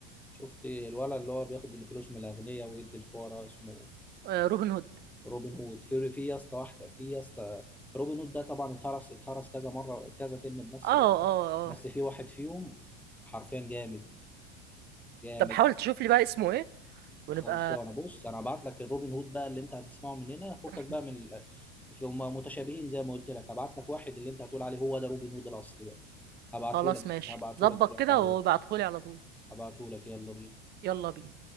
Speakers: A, in the centre; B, on the right.
A: شفت الولد اللي هو بياخد الفلوس من الاغنياء ويدي الفقراء اسمه
B: آه روبن هود
A: روبن هود في في يا اسطى واحده في يا اسطى روبن هود ده طبعا اتهرس اتهرس كذا مره كذا فيلم بنفس
B: اه اه
A: الاسم بس
B: اه
A: في واحد فيهم حرفيا جامد جامد
B: طب حاول تشوف لي بقى اسمه ايه ونبقى
A: خلصانه بص انا هبعت لك الروبن هود بقى اللي انت هتسمعه من هنا فكك
B: <laughs>
A: بقى من ال... هم متشابهين زي ما قلت لك هبعت لك واحد اللي انت هتقول عليه هو ده روبن هود الاصلي بقى هبعته
B: خلاص
A: لك
B: ماشي
A: هبعته
B: ظبط
A: لك دلوقتي
B: كده
A: على
B: وابعتهولي
A: الواتس.
B: على طول
A: هبعته لك يلا بينا
B: يلا بينا